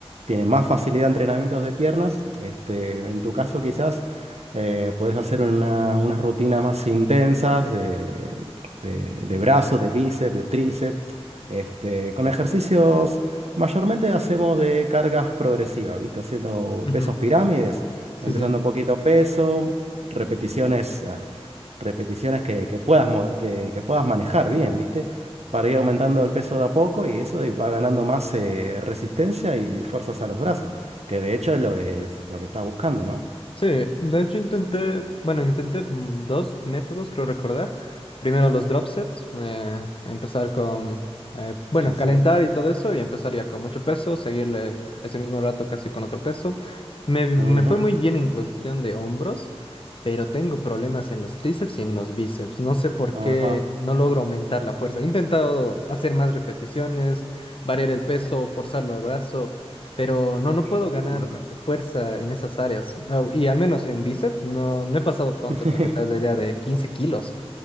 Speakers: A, on the right; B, on the left.
A: tienen más facilidad a entrenamientos de piernas. Este, en tu caso, quizás eh, puedes hacer una, una rutina más intensas de, de, de brazos, de bíceps, de tríceps, este, con ejercicios mayormente hacemos de cargas progresivas, ¿viste? Haciendo
B: Ujú,
A: pesos pirámides.
B: Sí,
A: Empezando
B: sí.
A: un poquito peso, repeticiones, ah, repeticiones que, que puedas, mo- que, que puedas manejar bien, ¿viste? Para ir aumentando el peso de a poco y eso y va ganando más eh, resistencia y fuerzas a los brazos, que de hecho es lo que, es lo que estás buscando, ¿no?
B: Sí, de hecho intenté, bueno, intenté mm, dos métodos, creo recordar. Primero los drop sets, eh, empezar con, eh, bueno,
A: Sí, sí.
B: calentar y todo eso, y empezaría con mucho peso, seguirle ese mismo rato casi con otro peso. Me, me
A: Ujú,
B: fue muy bien en cuestión de hombros, pero tengo problemas en los tríceps y en los bíceps. No sé por
A: Ajá.
B: qué no logro aumentar la fuerza. He intentado hacer más repeticiones, variar el peso, forzarlo el brazo. Pero no, no
A: Y-
B: puedo ganar fuerza en esas áreas. Ah, y al menos en bíceps, no, no he pasado, ponte
A: <laughs>
B: para que te hagas la idea, de 15 kilos